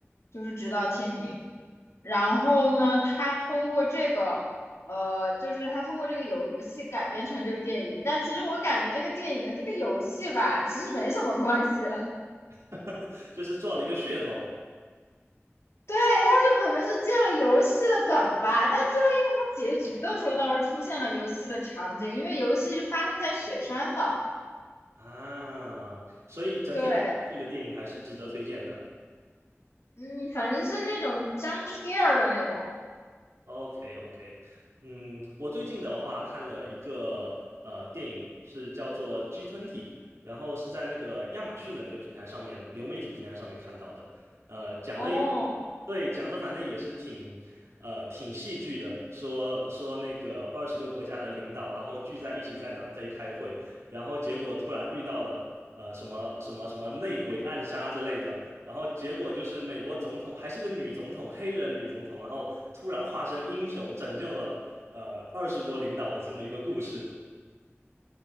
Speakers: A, on the left (about 70°); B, on the right (about 75°).
A: 就是直到天明。然后呢，它通过这个，呃，就是它通过这个游戏改编成这个电影。但其实我感觉这个电影跟这个游戏吧，其实没什么关系。<laughs>
B: <laughs> 就是做了一个噱头
A: 对，他就可能是借了游戏的梗吧，但最后因为他结局的时候倒是出现了游戏的场景，因为游戏是发生在雪山的，
B: 啊，所以整体来说，
A: 对，
B: 这个电影还是值得推荐的。
A: 嗯，反正是那种 jump scare 的那种。
B: OK OK，嗯，我最近的话看了一个呃电影，是叫做《g 吞体》，然后是在那个亚马逊的那个平台上面，流媒体平台上面看到的。呃，讲的也
A: 哦，
B: 对，讲的反正也是挺呃挺戏剧的，说说那个二十个国家的领导，然后聚在一起在南非开会，然后结果突然遇到了呃什么什么什么内鬼暗杀之类的，然后结果就是美国总统还是个女总统，黑人女总统，然后突然化身英雄，拯救了呃二十国领导的这么一个故事，